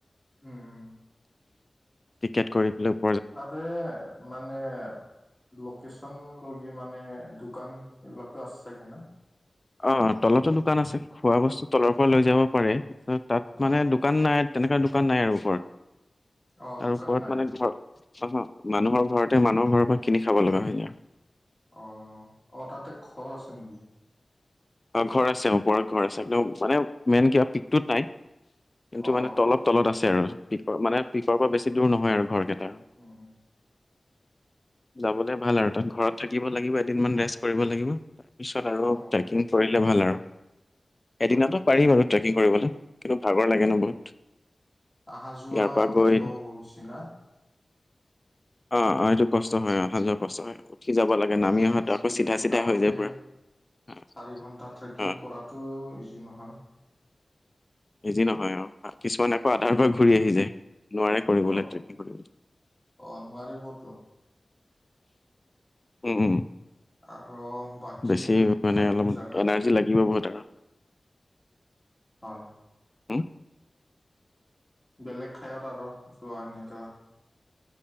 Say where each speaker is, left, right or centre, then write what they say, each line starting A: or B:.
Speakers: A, on the left (about 15°); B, on the left (about 30°).
A: উম উম
B: টিকেট কৰি পেলায়।
A: তাতে, মানে লোকেশচন লগে মানে দোকান এইবিলাকতো আছেচাগে না।
B: অ তলতো দোকান আছে খোৱা বস্তু তলৰ পৰা লৈ যাব পাৰে কিন্তু তাত
A: অ'
B: মানে। দোকান নাই তেনেকুৱা দোকান নাই আৰু ওপৰত
A: অ'
B: তাৰ
A: দোকান
B: ওপৰত
A: নাই
B: মানে ঘৰ। অ মানুহৰ ঘৰতে, মানুহৰ ঘৰৰ পৰা কিনি খাব লগা হয়।
A: অঁ অঁ তাতে ঘৰ আছে নেকি?
B: অ ঘৰ আছে ওপৰত ঘৰ আছে, কি মানে মেইন কিবা পিকটোত নাই কিন্তু
A: অ' অ'
B: মানে তলপ। তলত আছে আৰু পিকৰ মানে পিকৰ
A: হয়
B: পৰা বেছি দূৰ নহয় আৰু ঘৰ কেইটা।
A: উম উম
B: যাবলে ভাল আৰু তাত ঘৰত থাকিব লাগিব এদিন মান ৰেষ্ট কৰিব লাগিব। তাৰ পিছত আৰু
A: অ' অ'
B: ট্ৰেকিং
A: হয়
B: কৰিলে ভাল আৰু এদিনতো
A: হয় হয়।
B: পাৰি বাৰো। ট্ৰেকিং কৰিবলৈ, কিন্তু ভাগৰ লাগে ন বহুত।
A: অহা যোৱা
B: ইয়াৰ পৰা গৈ
A: কষ্ট হ'ব বেছি না।
B: অ অ এইটো কষ্ট হয়, অ অহা যোৱা কষ্ট হয়। উঠি যাব লাগে
A: অহা
B: নামি
A: যোৱা
B: অহাটো আকৌ
A: দুই
B: চিধা
A: ঘন্টা
B: চিধা
A: হ'লে,
B: হৈ যায় পুৰা অ
A: চাৰি ঘন্টা ট্ৰেকিং
B: অ।
A: কৰাত। টো ইজি নহয়।
B: ইজি নহয় অ কিছুমানে আকৌ
A: হয়
B: আধাৰ পৰা ঘূৰি আহি যায়। নোৱাৰে কৰিবলৈ
A: অ
B: ট্ৰেকিং কৰিবলৈ।
A: অ নোৱাৰিবতো
B: উম উম।
A: আৰু বাকী
B: বেছি মানে
A: বাকী
B: অলপমান
A: জাগাত
B: এনাৰ্জি লাগিব বহুত আৰু
A: হয়।
B: উম
A: বেলেগ ঠাইত আৰু যোৱা নাই।